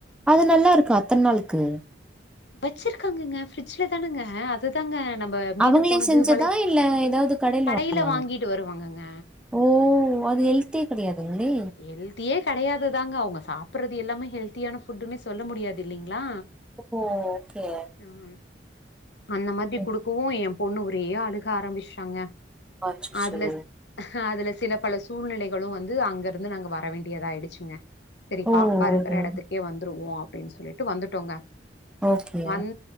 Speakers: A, in the centre; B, on the left.
A: அது நல்லா இருக்கா அத்தன நாளுக்கு
B: வச்சிருக்காங்கங்க ஃபிரிட்ஜ்ல தானுங்க அது தாங்க நம்ம மீந்து
A: அவங்களே
B: போனது
A: செஞ்சதா
B: பலக்
A: இல்ல ஏதாவது
B: கடையில
A: வாங்குனாங்களா
B: வாங்கிட்டு வருவாங்கங்க
A: ஓ அது ஹெல்த்தே கிடையாதுங்களே
B: ஹெல்தியே கெடையாதுதாங்க அவுங்க சாப்பட்றது எல்லாமே ஹெல்த்தியான ஃபுட்டுன்னே சொல்ல முடியாது இல்லைங்களா
A: ஓ ஓகே
B: அ ம் அந்த மாரி
A: ம்
B: குடுக்கவு எ பொண்ணு ஒரே அழுக ஆரம்பிச்சுட்டாங்க
A: அச்சச்சோ
B: அதுல அதுல சில பல சூழ்நெலைகளு வந்து அங்க இருந்து நாங்க வர வேண்டியதா ஆயிடுச்சுங்க செரி
A: ஓ
B: பாப்பா இருக்கற எடத்துக்கே வந்துருவோ அப்டின்னு சொல்லிட்டு வந்துட்டோங்க
A: ஓகே
B: வந்